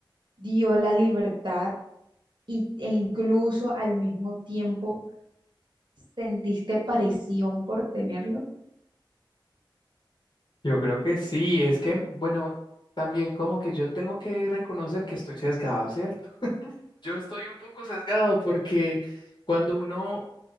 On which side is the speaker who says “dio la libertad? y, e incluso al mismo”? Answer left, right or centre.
Right